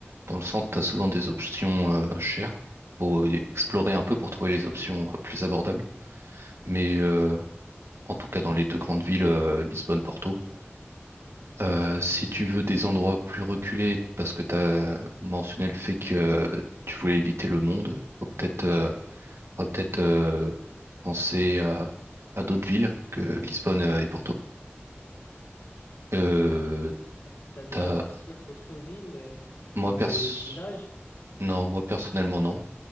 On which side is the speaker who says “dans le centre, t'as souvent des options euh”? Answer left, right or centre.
Right